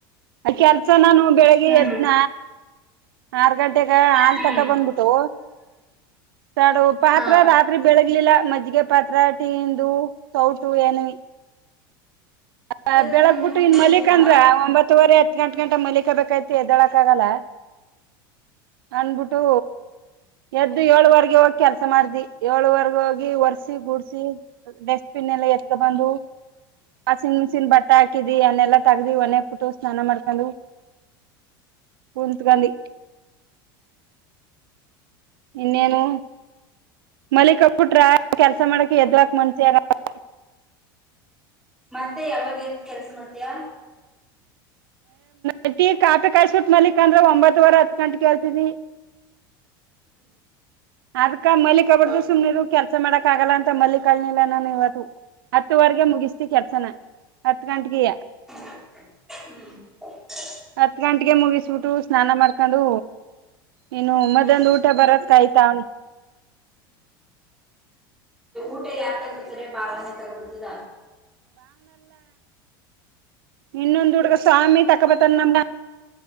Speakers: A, on the right; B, in the centre.
A: ಆ ಕೆಲ್ಸನಾನು ಬೆಳಿಗ್ಗೆ
B: ಹ್ಮ್
A: ಎದ್ನ ಆರ್ ಗಂಟೆಗ ಹಾಲ್
B: ಹ್ಮ್
A: ತಕ ಬಂದ್ಬಿಟ್ಟು ತಡು ಪಾತ್ರ
B: ಹಾ
A: ರಾತ್ರಿ ಬೆಳಗ್ಲಿಲ್ಲ ಮಜ್ಜಿಗೆ ಪಾತ್ರೆ ಟಿ ಇಂದು ಸೌಟು ಏನು ವೇ
B: ಎಲ್ಲ
A: ಬೆಳಗ್
B: ನೀನೇ
A: ಬಿಟ್ಟು
B: ಮಾಡ್ಕೊಬೇಕಾ
A: ಇನ್ ಮಲಕ್ ಅಂದ್ರ ಒಂಬತ್ತುವರೆ ಗಂಟ ಗಂಟ ಮಲಿಕಬೇಕು ಎದ್ದಳಕ್ ಆಗಲ್ಲ ಅನ್ಬಿಟ್ಟು ಎದ್ದು ಏಳು ವಾರಷ ಬೆಳಿಗ್ಗೆ ಹೋಗಿ ಕೆಲಸ ಮಾಡ್ದಿ ಏಳುವರೆಗ ಹೋಗಿ ಒರ್ಸಿ ಗೂಡಸಿ ಡಸ್ಟ್ಬಿನ್ ಎಲ್ಲ ಎತ್ಕ ಬಂದು ವಾಷಿಂಗ್ ಮಿಷಿನ್ ಬಟ್ಟ ಹಾಕಿದಿ ಅನ್ನೆಲ್ಲಾ ತಗ್ದಿ ಒನೆಯಾಗ ಪಟ್ಟ ಸ್ನಾನ ಮಾಡ್ಕೊಂಡ ಕುಂತಗಾಂಧಿ ಇನ್ನೇನು ಮಲ್ಲಿಕ್ಬ್ಬಿಟ್ರ ಕೆಲ್ಸ ಮಾಡಕ್ ಎದವಾಕ್ ಮನ್ಸ ಆಗ <unintelligible>
B: ಮತ್ತೆ ಯಾವಾಗ ಎದ್ದ್ ಕೆಲ್ಸ ಮಾಡ್ತಯ
A: ಏ ಟಿ ಕಾಪಿ ಕಾಯಬಿಟ್ ನಲ್ಲಿಕ್ ಅಂದ್ರೆ ಒಂಬತ್ತವರೆ ಹತ್ ಗಂಟೆಗೆ ಏಳ್ತಿದಿ
B: <inaudible>
A: ಅದಕಾ ಮಲ್ಲಿಕ ಬಾರ್ದು ಸುಮ್ನಿರು ಕೆಲ್ಸ ಮಾಡಕ್ ಆಗಲ್ಲ ಅಂತ ಮಲ್ಲಿ ಕಳನಿಲ್ಲ ನಾನು ಇವತ್ತು ಹತ್ತುವರೆಗೆ ಮುಗಿಸ್ತಿ ಕೆಲ್ಸನ ಹತ್ತು ಗಂಟಗೆಯ
B: ಹ್ಮ್
A: ಹತ್ ಗಂಟೆಗೆ ಮುಗಿಸ್ಬಿಟ್ಟು ಸ್ನಾನ ಮಾಡ್ಕೊಂಡು ಇನು ಮದ್ಯಾನದ
B: ಹ್ಮ್
A: ಊಟ ಬರತ್ ಕಾಯ್ತಾ ಅವನಿ
B: ಊಟ ಯಾರ ತಗಬರ್ತಾರೆ ಭಾವನೆ ತಗೊಡ್ತದ
A: ಇನ್ನೊಂದು ದೂಡುಗ ಸಾಮಿ ತಕ್ಕಪ್ಪತ ನ